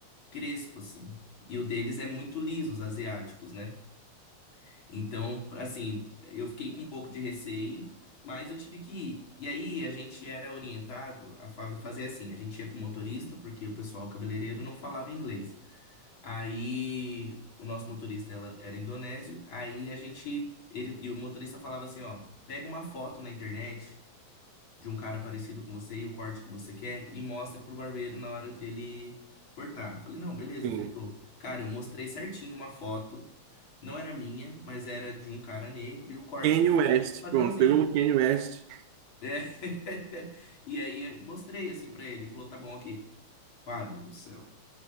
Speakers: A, on the left; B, on the right.
A: crespo, assim. E o deles é muito liso, os asiáticos, né? Então, assim, eu fiquei com um pouco de receio, mas eu tive que ir. E aí a gente era orientado a fala- fazer assim: a gente ia com o motorista, porque o pessoal cabeleireiro não falava inglês. Aí o nosso motorista ela, era indonésio, aí a gente. Ele, e o motorista falava assim: ó, pega uma foto na internet de um cara parecido com você e o corte que você quer e mostra pro barbeiro na hora dele cortar. Falei, não, beleza,
B: <laughs> Sim.
A: fechou. Cara, eu mostrei certinho uma foto, não era minha, mas era de um cara negro e o corte
B: Kanye West,
A: padrãozinho.
B: pronto, pegou o Kanye West.
A: É. <laughs> E aí mostrei assim pra ele, ele falou, tá bom, ok. Fábio do céu.